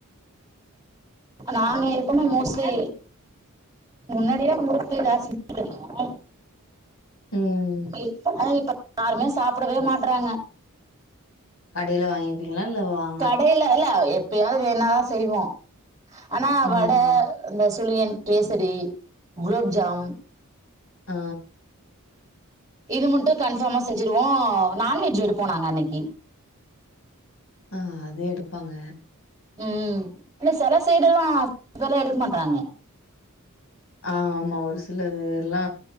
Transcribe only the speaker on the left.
ம்
கடயில்ல வாங்கிப்பீங்களா இல்ல வாங்
ம்
ஆ
ஆ அது எடுப்பாங்க
ஆ ஆமா ஒரு சில இதெல்லா